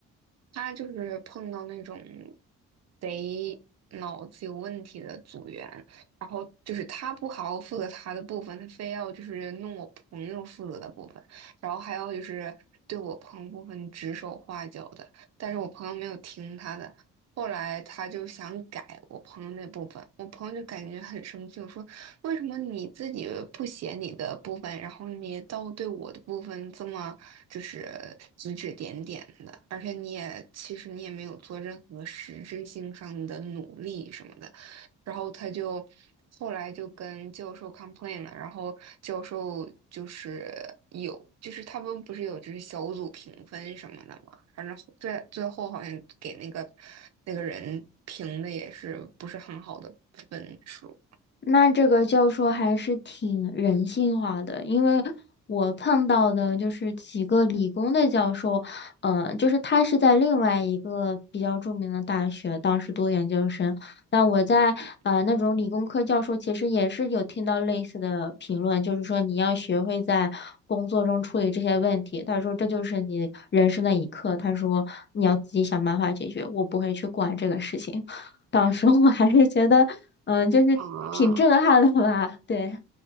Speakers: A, on the right (about 60°); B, on the left (about 35°).
A: 他就是碰到那种贼脑子有问题的组员，然后就是他不好好负责他的部分，他非要就是弄我朋友负责的部分，然后还有就是对我朋友部分指手画脚的。但是我朋友没有听他的，后来他就想改我朋友那部分，我朋友就感觉很生气，我说为什么你自己不写你的部分，然后你倒对我的部分这么就是指指点点的，而且你也其实你也没有做任何实质性上的努力什么的。然后他就后来就跟教授 complain 了，然后教授就是有，就是他们不是有就是小组评分什么的嘛，反正最最后好像给那个那个人评的也是不是很好的分数，
B: 那这个教授还是挺人性化的，因为我碰到的就是几个理工的教授，呃，就是他是在另外一个比较著名的大学，当时读研究生。但我在呃那种理工科教授，
A: 嗯
B: 其实也是有听到类似的评论，就是说你要学会在工作中处理这些问题。他说这就是你人生的一课，他说你要自己想办法解决，我不会去管这个事情。<laughs> 当时我还是觉得，嗯，就是挺震撼的吧？
A: 啊。
B: <laughs> 对，